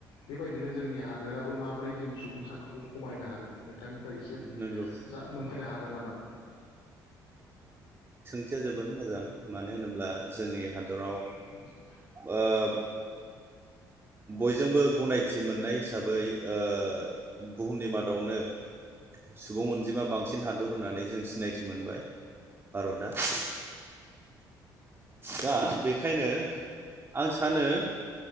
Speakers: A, on the left; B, on the right.
A: बेबायदिनो जोंनि हादोराबो माबोरै जों सुबुं सानखोखौ खमायना नोंथांनिफ्राय एसे
B: नंगौ
A: जा मोनथिनो हागोन नामा
B: खाथिया जोबोद मोजां मानो होनोब्ला जोंनि हादर
A: <inaudible>
B: आओ बयजोंबो गनायथि मोननाय हिसाबै ओ बुहुमनि मादावनो सुबुं अनजिमा बांसिन हादो दर होननानै जों सिनायथि मोनबाय। भारता <inaudible> दा बेखायनो आं सानो